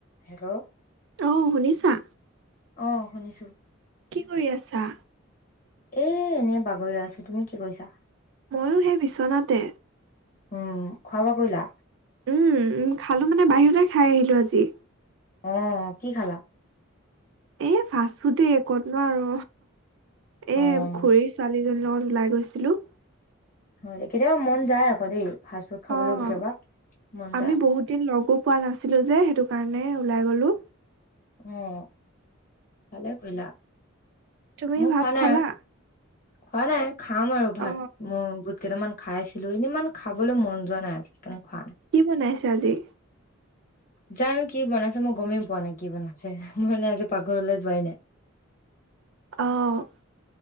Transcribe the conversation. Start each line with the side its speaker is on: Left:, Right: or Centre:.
Left: Hello.
Right: অ' শুনিছা?
Left: অ' শুনিছো।
Right: কি কৰি আছা?
Left: এ এনেই বাগৰি আছো, তুমি কি কৰিছা?
Right: ময়ো সেই বিচনাতে।
Left: উম, খোৱা বোৱা কৰিলা?
Right: উম, উম খালো মানে বাহিৰতে খাই আহিলো আজি।
Left: অ' কি খালা?
Right: এ ফাষ্ট ফুডেই, ক'তনো আৰু
Left: অ',
Right: এ খুৰী ছোৱালীৰ জনী লগত ওলাই গৈছিলো।
Left: হয় দে, কেতিয়াবা মন যায় আকৌ দেই। ফাষ্ট ফুড খাবলৈও
Right: অ',
Left: কেতিয়াবা মন
Right: আমি
Left: যায়
Right: বহুত দিন লগো পোৱা নাছিলো যে, সেইটো কাৰণ নে ওলাই গ'লো।
Left: অ', ভালে কৰিলা।
Right: তুমি
Left: মোৰ
Right: ভাত
Left: খোৱা নাই
Right: খালা?
Left: খোৱা নাই। খাম আৰু ভাত
Right: অ
Left: মও বুট কেইটামান খাইছিলো এনে ইমান খাবলৈ মন যোৱা নাই, সেইকাৰণে খোৱা নাই।
Right: কি বনাইছে আজি?
Left: জানো কি বনাইছে? মই গমেই পোৱা নাই কি বনাইছে। মই মানে আজি পাকঘৰলৈ যোৱাই নাই।
Right: অ',